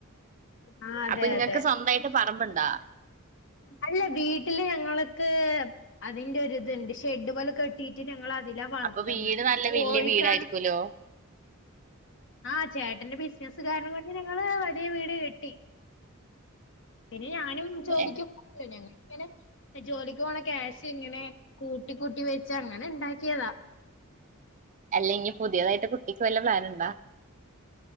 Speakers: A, on the left (about 60°); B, on the right (about 35°).
A: ആ അതെ
B: അപ്പൊ ഇങ്ങക്ക്
A: അതെ
B: സ്വന്തായിട്ട് പറമ്പുണ്ടാ
A: അല്ല വീട്ടില് ഞങ്ങൾക്ക് അതിന്റെ ഒരു ഇത്ണ്ട് ഷെഡ് പോലെ കെട്ടിട്ട് ഞങ്ങളെ അതിലാ വളർത്ത്ന്നത്
B: അപ്പൊ വീട് നല്ല
A: കോഴിക്കാണ്
B: വല്യ വീടായിരിക്കൂലോ
A: ആഹ് ചേട്ടന്റെ ബിസിനസ്സ് കാരണം കൊണ്ട് ഞങ്ങള് വലിയ വീട് കെട്ടി പിന്നെ ഞാനും ചോദിക്കും
B: ഏ
A: <unintelligible> ഇങ്ങനെ ജോലിക്ക് പോണ ക്യാഷ് ഇങ്ങനെ കൂട്ടി കൂട്ടി വെച്ച് അങ്ങനെ ഇണ്ടാക്കിയതാ
B: അല്ലെങ്കിൽ പുതിയതായിട്ട് കുട്ടിക്ക് വല്ല പ്ലാൻ ഉണ്ടാ